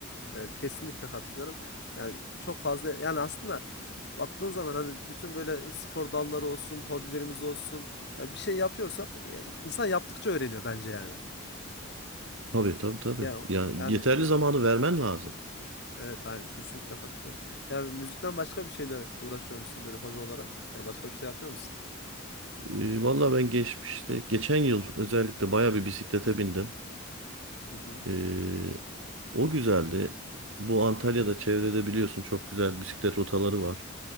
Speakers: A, on the left (about 55°); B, on the right (about 65°).
A: evet kesinlikle katılıyorum. Yani çok fazla yani aslında baktığın zaman hani bütün böyle spor dalları olsun, hobilerimiz olsun. Yani bir şey yapıyorsak ya insan yaptıkça öğreniyor bence yani.
B: Tabii tabii tabii.
A: Ya
B: Ya
A: yani
B: yeterli
A: o-
B: zamanı vermen lazım.
A: evet aynı kesinlikle katılıyorum. Yani müzikten başka bir şeyle uğraşıyor musun böyle hobi olarak? Yani başka bir şey yapıyor musun?
B: Ee, valla ben geçmişte, geçen yıl özellikle baya bir bisiklete bindim.
A: Hı hı.
B: Ee, o güzeldi. Bu Antalya'da çevrede biliyorsun çok güzel bisiklet rotaları var.